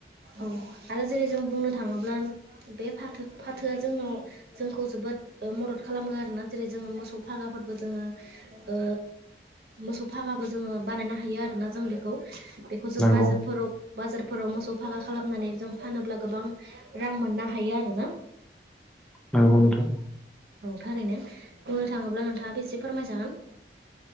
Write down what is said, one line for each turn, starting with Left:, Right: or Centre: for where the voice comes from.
Right: औ आरो जेरै जों बुंनो थाङोब्ला बे फाथो फाथोआ जोंनाव जोंखौ जोबोद मदद खालामो आरोना जेरै जोङो मोसौ फागाफोरबो जोङो ओ मोसौ फागाबो जोङो बानायनो हायो आरोना जों बेखौ बेखौ जों
Centre: नंगौ
Right: बाजारफोराव बाजारफोराव मोसौ फाखा खालामनानै जों फानोब्ला गोबां रां मोननो हायो आरोना
Centre: नोंगौ नोंथां
Right: औ थारैनो बुंनो थाङोब्ला नोंथाङा बेसे फोरमायजागोन